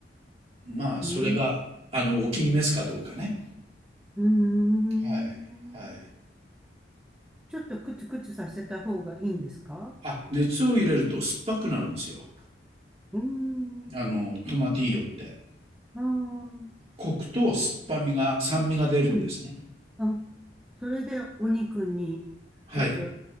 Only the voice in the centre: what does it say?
うん。
うーん。
ちょっとクツクツさせた方がいいんですか
うーん。
あー
うん <laughs> あ、それでお肉にちょっと